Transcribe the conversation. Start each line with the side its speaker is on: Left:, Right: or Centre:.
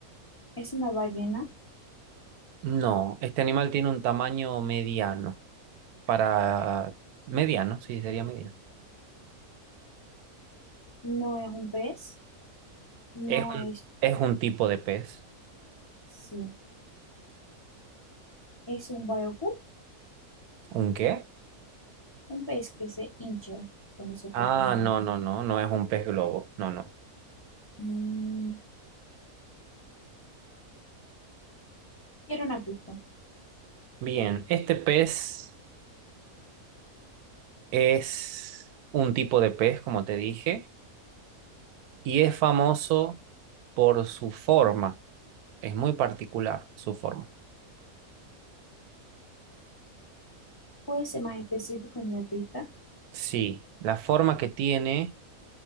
Left: Es una ballena,
Right: No, este animal tiene un tamaño mediano. Para mediano, sí, sería mediano.
Left: no es un pez, no
Right: Es un,
Left: es,
Right: es un tipo de pez.
Left: sí, es un bayú,
Right: ¿Un qué?
Left: un pez que se hincha cuando se toca.
Right: Ah,
Left: ¿no?
Right: no, no, no, no es un pez globo. No, no.
Left: Mm, quiero una pista.
Right: Bien, este pez es un tipo de pez, como te dije, y es famoso por su forma. Es muy particular su forma.
Left: Puede ser más específico en la pista.
Right: Sí, la forma que tiene